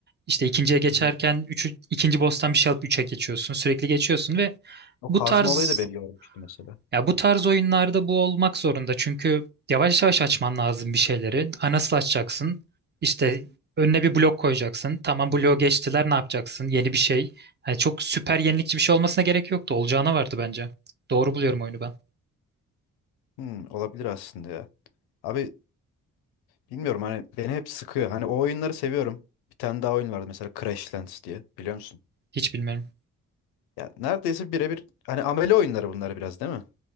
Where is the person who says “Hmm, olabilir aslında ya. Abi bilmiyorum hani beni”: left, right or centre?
Left